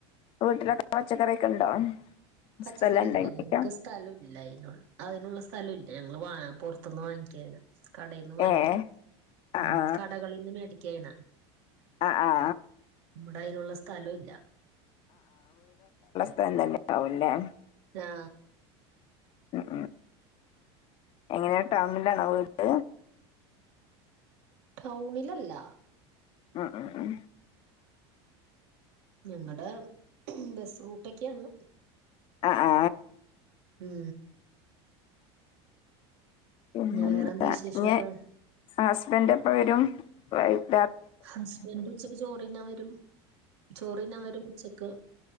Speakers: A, on the left; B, on the right.
A: വീട്ടിലൊക്കെ പച്ചക്കറിയൊക്കെ ഉണ്ടോ
B: പച്ചക്കറി
A: സ്ഥലം ഉണ്ടെങ്കിലോ
B: ഇല്ല ഞങ്ങക്ക് സ്ഥലോം ഇല്ല അതിനുള്ള അതിനുള്ള സ്ഥലം ഇല്ല ഞങ്ങള് വാ പുറത്തുന്ന് വാങ്ങിക്കാ ചെയ്യണേ. കടയിന്ന് വാങ്ങിക്കും.
A: ഏ ആ
B: ഉം
A: ആ
B: കടകളിൽന്ന് മേടി ക്കെണ്
A: ആ ആ
B: ഇവിടെ അതിനുള്ള സ്ഥലം ഇല്ല.
A: ഇപ്പ എല്ലാം തന്നെ ആവുല്ലേ.
B: ആ
A: ഉം എങ്ങനെയാ ടൗണിലാണോ വീട്?
B: ടൗണിലല്ല
A: ഉം ഉം ഉം
B: ഞങ്ങടെ ബസ് റൂട്ടൊക്കെയാണ്.
A: ആ ആ
B: ഉം
A: പിന്നെ
B: വേറെന്ത്
A: എന്താ
B: വിശേഷൊക്കെ
A: ഞ്ഞെ ഹസ്ബന്റെപ്പവരു <unintelligible>
B: ഹസ്ബെന്റ് ഉച്ചക്ക് ചോറ് തിന്നാൻ വരും. ചോറിന്നാൻ വരും ഉച്ച ക്ക്